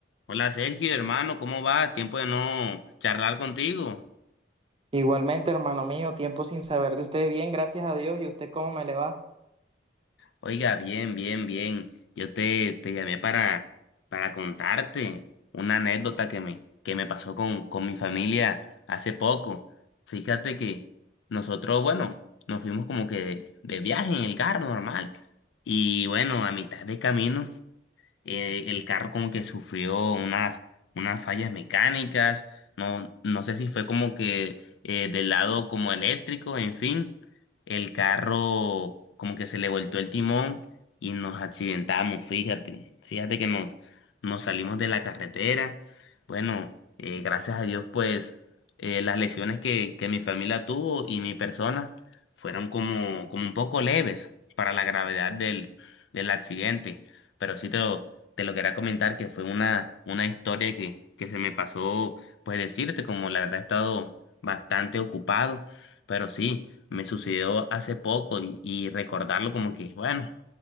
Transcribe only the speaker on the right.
Igualmente, hermano mío, tiempo sin saber de usted. Bien, gracias a Dios. ¿Y usted cómo me le va?